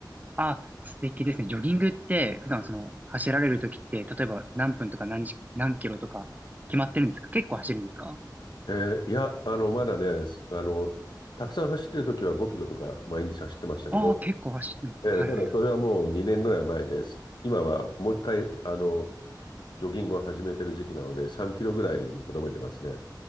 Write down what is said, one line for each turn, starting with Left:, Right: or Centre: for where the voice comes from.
Right: あ、素敵ですね。ジョギングって、普段その、走られるときって、例えば何分とか何時、何キロとか、決まってるんですか結構走るんですか
Left: えーいや、あの、まだね、すあの、たくさん走ってる時は5キロとか毎日走ってましたけど、
Right: ああー、結構走ってます。
Left: えーただそれはもう2年ぐらい前です。
Right: はいはいはい。
Left: 今はもう一回、あの、ジョギングを始めてる時期なので、3キロぐらいにとどめてますね。